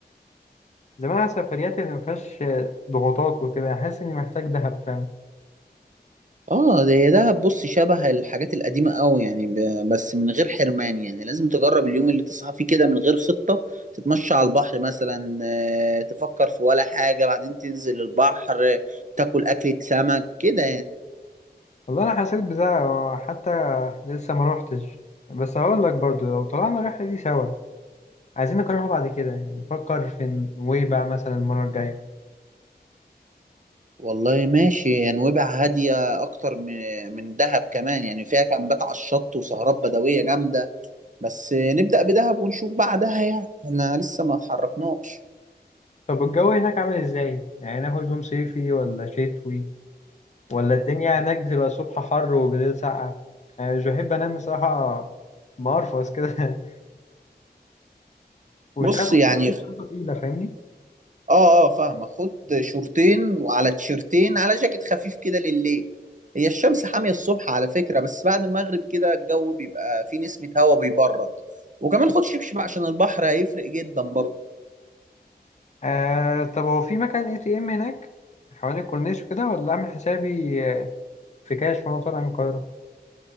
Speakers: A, on the left; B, on the right.
A: زمان على سفرياتي اللي مفيهاش ضغوطات وكده يعني حاسس اني محتاج دهب فعلا
B: اه ده هي دهب بص شبه الحاجات القديمه قوي يعني ب- بس من غير حرمان يعني لازم تجرب اليوم اللي تصحى فيه كده من غير خطه تتمشى على البحر مثلا آه، تفكر في ولا حاجه بعدين تنزل البحر آه، تاكل اكله سمك كده يعني
A: والله انا حسيت بده حتى لسه ما روحتش بس هقول لك برضو لو طلعنا الرحله دي سوا عايزين نكررها بعد كده يعني نفكر في نويبع مثلا المره الجايه
B: والله ماشي نويبع هادية أكتر م- من دهب كمان يعني فيها كامبات على الشط وسهرات بدوية جامدة بس نبدأ بدهب ونشوف بعدها يعني احنا لسه ما اتحركناش
A: طب الجو هناك عامل ازاي يعني ناخد هدوم صيفي ولا شتوي ولا الدنيا هناك بتبقى الصبح حر وبالليل ساقعه يعني مش بحب انام بصراحه مقرفص كده <laughs> ومش
B: بص
A: عايز برضه
B: يعني
A: يبقى في شنطه تقيله فاهمني
B: اه اه فاهمة خد شورتين وعلى تيشرتين على جاكيت خفيف كده لليل هي الشمس حامية الصبح على فكرة بس بعد المغرب كده الجو بيبقى فيه نسمة هواء بيبرد وكمان خد شبشب عشان البحر هيفرق جدا برضه
A: آه طب هو في مكان اي تي ام هناك حوالين الكورنيش وكده ولا اعمل حسابي آه، في كاش وانا طالع من القاهرة